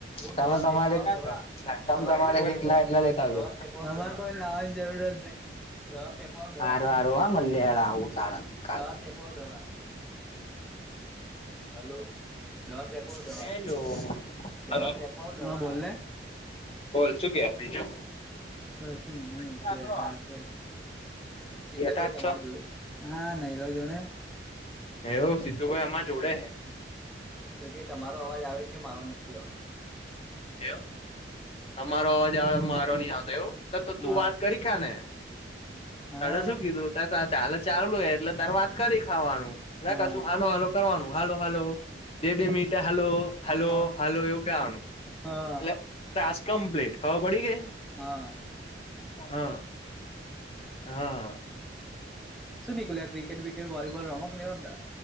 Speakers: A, in the centre; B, on the left (about 30°).
A: હો
B: તમે
A: દવા
B: તમારે
A: ફેકવા દવા
B: તમે
A: દવા
B: તમારે
A: ફેકવા
B: જેટલા
A: દવા
B: એટલા લેતા આવજો
A: દવા ફેકવા તમારે કોઈ લાવવાની જરૂરજ નઈ દવા ફેકવા દવા.
B: હારું હારું હા મલે હેડ આવું સાણંદ
A: હા
B: કાલ
A: દવા ફેંકવા દવા. હલો દવા ફેકવા આઓ દવા
B: હેલો હલો
A: દવા ફેકવા આઓ દવા હ બોલને <inaudible>
B: બોલ શું ક બીજું.
A: હશુંઈ
B: બેઠા
A: નહ બેટા હશે. સિદધુ
B: જ
A: ભાઈ તમારી
B: છો
A: જોડે હા નઈલો જો ને.
B: એવું સી્ધુ ભાઈ આમાં જોડે છે.
A: તો કે તમારો અવાજ આવે છે મારો નથી આવતો.
B: એવ તમારો અવાજ મારો નહી આવતો એવું. તો તું
A: હા
B: વાત કરી ક્યા ને.
A: હા
B: અ શું કીધું ત ચાલે ચાલુ એટલે તાર વાત કરી ખાવાનું
A: હા
B: એટ કશું હાલો હાલ કરવાનું. હાલો હાલો બે બે મીટે હલો હલો
A: હા
B: હલો એવું કવાનું.
A: હા
B: એટલે તસ કમ્પ્લીટ ખબર પડી ગઈ.
A: હા
B: હા. હા
A: સુન. ક્રિકેટ બિકેટ વોલીબોલ રમોક નહી રમતા.